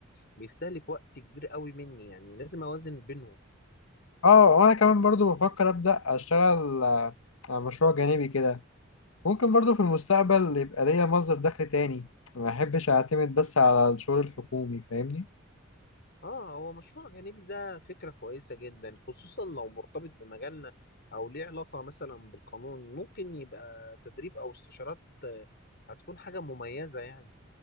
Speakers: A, on the left (about 50°); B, on the left (about 75°).
A: بيستهلك وقت كبير قوي مني يعني لازم اوازن بينهم
B: اه وانا كمان برضو بفكر ابدا اشتغل آه، على مشروع جانبي كده ممكن برضو في المستقبل يبقى ليا مصدر دخل تاني ما احبش اعتمد بس على الشغل الحكومي فاهمني
A: اه هو مشروع جانبي ده فكرة كويسة جدا خصوصا لو مرتبط بمجالنا او ليه علاقة مثلا بالقانون ممكن يبقى تدريب او استشارات آه، هتكون حاجة مميزة يعني